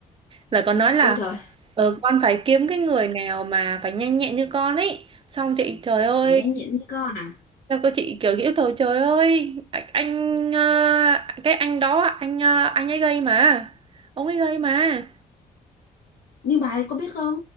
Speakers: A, on the right; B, on the left.
A: là còn nói là
B: ôi trời
A: ờ, con phải kiếm cái người nào mà phải nhanh nhẹn như con ấy xong chị trời ơi
B: phải nhanh nhẹn như con à
A: sao cô chị kiểu nghĩ rồi trời ơi anh anh, ờ, cái anh đó anh ờ, anh ấy gây mà ông ấy gây mà
B: nhưng bà ấy có biết không